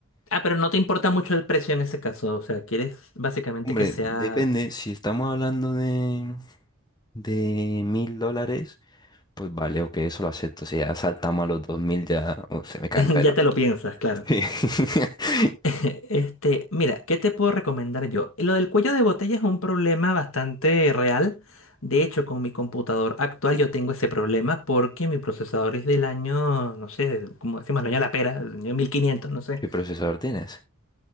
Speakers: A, on the left; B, on the left.
A: Ah, pero no te importa mucho el precio en ese caso, o sea, quieres básicamente
B: Hombre,
A: que sea...
B: depende, si estamos hablando de, de mil dólares, pues vale, ok, eso lo acepto. Si ya saltamos a los dos mil, ya, uh, se me cae
A: <laughs>
B: el pelo.
A: Ya te
B: <laughs>
A: lo piensas, claro.
B: Sí. <laughs>
A: <laughs> Este, mira, ¿qué te puedo recomendar yo? Lo del cuello de botella es un problema bastante real. De hecho, con mi computador actual yo tengo ese problema porque mi procesador es del año, no sé, como decimos, el año de la pera, el año 1500, no sé.
B: ¿Qué procesador tienes?